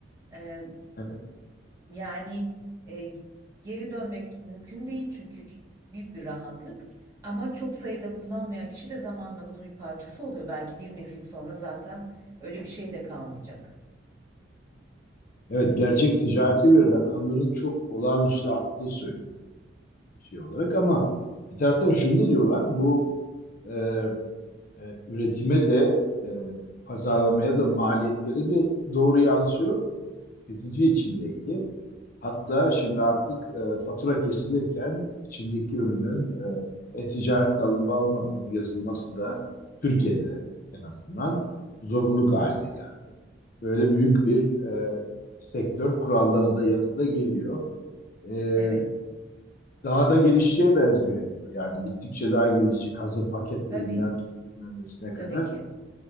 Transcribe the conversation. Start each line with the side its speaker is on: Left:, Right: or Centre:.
Right: Ee,
Left: Evet.
Right: yani e, geri dönmek mümkün değil çünkü ç- büyük bir rahatlık ama çok sayıda kullanmayan kişi de zamanla bunun bir parçası oluyor. Belki bir nesil sonra zaten öyle bir şey de kalmayacak.
Left: Evet, gerçek ticarete göre rakamların çok olağanüstü arttığı söyleniyor şey olarak ama bir taraftan şunu da diyorlar, bu e, e, üretime de e, pazarlamaya da maliyetlere de doğru yansıyor. Tüketici için de iyi. Hatta şimdi artık e, fatura kesilirken içindeki ürünün e, e-ticaretle alınıp alınmadığının yazılması da Türkiye'de en azından zorunluluk haline geldi. Böyle büyük bir e, sektör kuralları da yanında geliyor. E,
Right: Evet,
Left: daha da gelişeceğe benziyor Ebru. Yani gittikçe daha gelişecek hazır paketlerinden
Right: tabii,
Left: tut bilmem nesine
Right: tabii
Left: kadar.
Right: ki.